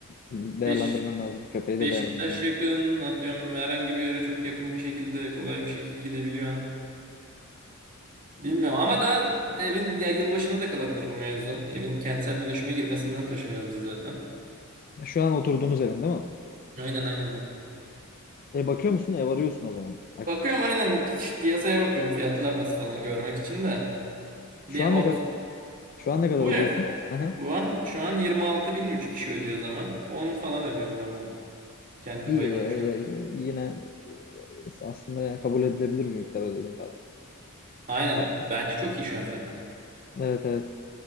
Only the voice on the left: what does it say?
değerlendirmen
lazım. Köpeği
de değerlendirmen
lazım.
Şu an oturduğunuz evin değil mi?
E, bakıyor musun? Ev arıyorsun o zaman. Aktif.
Şu an
ne kadar şu an
ne kadar
ödüyorsun?
Aha.
İyi,
e, e,
e, yine aslında yani kabul edilebilir bir miktar ödediğin para.
Aa,
Evet evet.